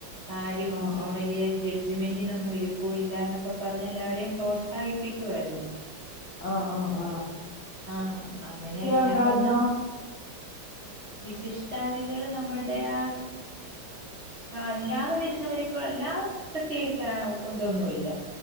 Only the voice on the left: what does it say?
ആഹ് ആഹ്
ആഹ് ആഹ് ആ
ഉണ്ടായിരുന്നോ